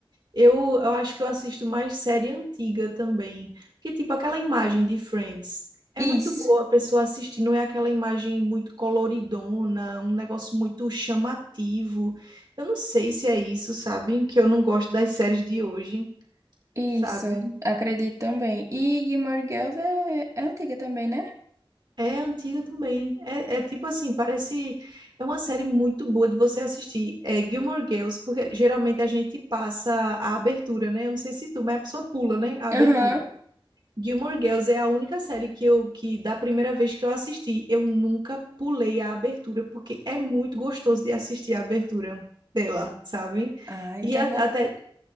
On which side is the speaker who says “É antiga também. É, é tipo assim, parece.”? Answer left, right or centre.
Right